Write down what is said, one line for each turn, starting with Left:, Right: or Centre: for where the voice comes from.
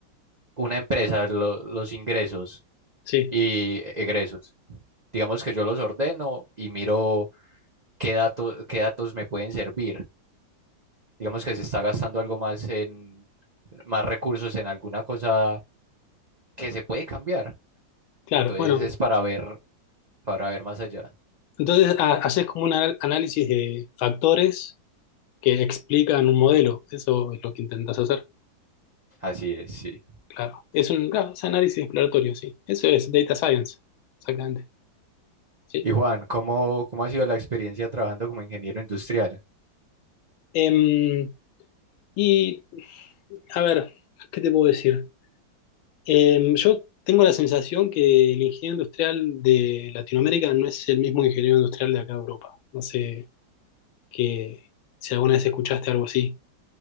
Right: una empresa, lo- los ingresos
Left: Sí,
Right: y egresos. Digamos que yo los ordeno y miro qué dato- qué datos me pueden servir. Digamos que se está gastando algo más en más recursos en alguna cosa que se puede cambiar.
Left: claro.
Right: Entonces
Left: Bueno,
Right: es para ver, para ver más allá.
Left: entonces ha- haces como un anal- análisis de factores que explican un modelo. Eso es lo que intentas hacer.
Right: Así es, sí.
Left: Claro. Es un claro, es análisis exploratorio, sí. Eso es data science. Exactamente. Sí.
Right: Y Juan, ¿cómo, cómo ha sido la experiencia trabajando como ingeniero industrial?
Left: Em, y, a ver, ¿qué te puedo decir? Em, yo tengo la sensación que el ingeniero industrial de Latinoamérica no es el mismo ingeniero industrial de acá de Europa. No sé que si alguna vez escuchaste algo así.